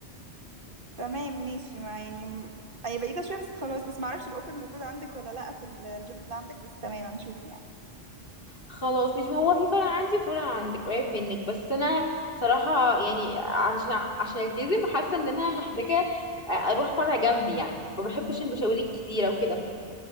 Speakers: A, on the right; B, on the left.
A: <laughs> تمام ماشي ما يعني م- هي بعيدة شوية بس خلاص بس ما اعرفش الاوفر موجود عندك ولا لا في ال- الجيم اللي عندك بس تمام هنشوف يعني
B: خلاص مش ما هو في فرع عندي وفرع عندك قريب منك بس انا صراحة يعني عشان عشان التزم حاسة ان انا محتاجة اروح فرع جنبي يعني ما بحبش المشاوير الكتيرة وكده